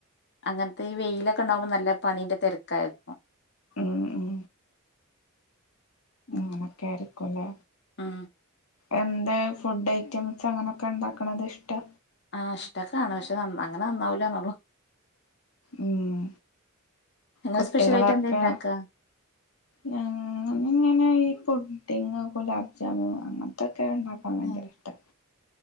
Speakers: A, on the left; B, on the left.
A: അങ്ങനത്തെ ഈ വെയിലൊക്കെ ഉണ്ടാകുമ്പേ നല്ല പണീന്റെ തിരക്കായിരിക്കും.
B: ഉം ഉം
A: ഉം
B: എന്ന കേറിക്കോലെ
A: ഉം
B: എന്ത് ഫുഡ് ഐറ്റംസ് അങ്ങനെയൊക്കെ ഉണ്ടാക്കണത് ഇഷ്ടാ?
A: ആഹ് ഇഷ്ടക്കാണ്. പക്ഷെ നന്ന അങ്ങനെ നന്നാവൂല്ലാന്നുള്ളൂ.
B: ഉം
A: നിങ്ങള്
B: കുട്ടികളൊക്കെ
A: സ്പെഷ്യലായിട്ട് എന്താ ഇണ്ടാക്കാ
B: ഞങ്ങളിങ്ങനെ ഈ പുഡ്ഡിങ്ങ് ഗുലാബ് ജാമു അങ്ങനെ ത്തൊക്കെ ഉണ്ടാക്കാൻ ഭയങ്കര
A: ഏ
B: ഇഷ്ടാ.